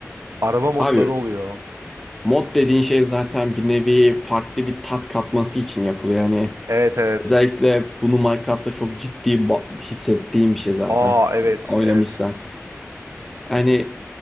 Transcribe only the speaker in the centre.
Abi
mod dediğin şey zaten bir nevi farklı bir tat katması için yapılıyor. Yani
Özellikle bunu Minecraft'ta çok ciddi ba- hissettiğim bir şey zaten.
Oynamışsan.
Hani